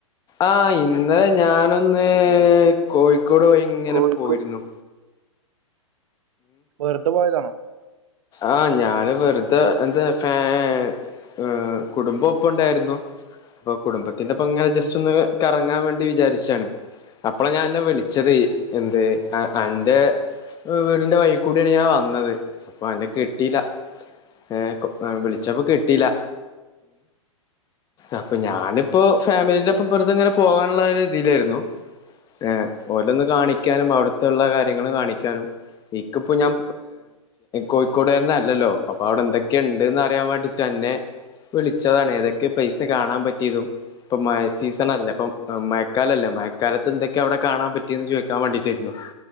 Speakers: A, on the left (about 25°); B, on the right (about 70°).
A: ആ ഇന്ന് ഞാനൊന്ന് കോഴിക്കോട് വഴി ഇങ്ങനെ
B: കോഴിക്കോട്
A: പോയിരുന്നു
B: വെറുത പോയതാണോ?
A: ആഹ ഞാന് വെറുതെ എന്താ ഫാൻ എ കുടുംബം ഒപ്പ ഉണ്ടായിരുന്നു അപ്പൊ കുടുംബത്തിന്റെപ്പ ഇങ്ങനെ
B: ഉം
A: ജസ്റ്റ് ഒന്ന് കറങ്ങാൻ വേണ്ടി വിചാരിച്ചാണ് അപ്പള ഞാൻെ അന്നെ വിളിച്ചത് എന്ത് അ അൻ്റെ വീടിൻന്റെ വായി കൂടിയാണ് ഞാൻ വന്നത് പ അന്നേ കി ട്ടിയില്ല ഏവിളിച്ചപ്പോ കിട്ടിലാ അപ്പൊ ഞാനിപ്പോൊ ഫാമിലിന്റെപ്പ വെ റുതെങ്ങനെ പോകാനുള്ള തിയിലായിരുന്നു ഏ ഓലൊന്ന് കാണിക്ക ാനും അവിടുത്തെുള്ള കാര്യങ്ങൾ കാണിക്കാനും ഇ ക്കപ്പോ ഞാൻ കോഴിക്കോടാ രാൻ അല്ലല്ലോ അപ്പൊ അവിടെ എന്തൊക്കെയ ഉണ്ട്ന്ന് അറിയാൻ വേണ്ടിട്ട് ന്നെ വിളിച്ചതാണ് ഏതൊക്കെ പ്ലെയ്സ് കാണാൻ പറ്റിയതും ഇപ്പൊ മ സീസണല്ലേ അപ്പ മഴക്കാലല്ലേ മഴക്കാലത്ത് എന്തൊക്കെയാ അവിടെ കാണാൻ പറ്റിയന്ന് ചോദിക്കാൻ വേണ്ടീട്ടായിരുന്നു